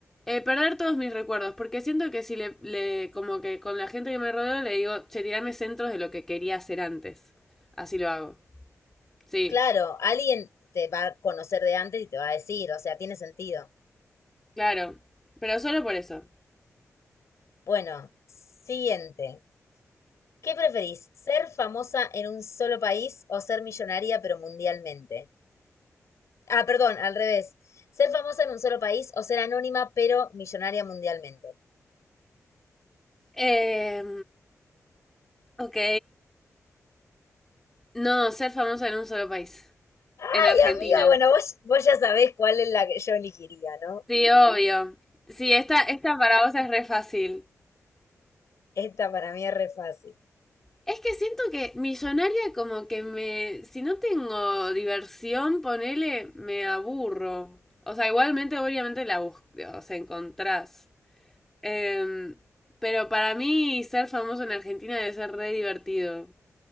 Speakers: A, in the centre; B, on the left.
A: perder todos mis recuerdos, porque siento que si le, le, como que con la gente que me rodeo le digo, che, tirame centros de lo que quería hacer antes. Así lo hago. Sí,
B: Claro, alguien te va a conocer de antes y te va a decir, o sea, tiene sentido.
A: claro. Pero solo por eso.
B: Bueno, siguiente. ¿Qué preferís? ¿Ser famosa en un solo país o ser millonaria pero mundialmente? Ah, perdón, al revés. ¿Ser famosa en un solo país o ser anónima pero millonaria mundialmente?
A: Eh, ok. No, ser famosa en un solo país.
B: Ay,
A: En Argentina.
B: amiga, bueno, vos, vos ya sabés cuál es la que yo elegiría, ¿no?
A: Sí, obvio. Sí, esta, esta para vos es re fácil.
B: Esta para mí es re fácil.
A: Es que siento que millonaria como que me, si no tengo diversión, ponele, me aburro. O sea, igualmente obviamente la bus- o sea, encontrás. Em, pero para mí ser famoso en Argentina debe ser re divertido.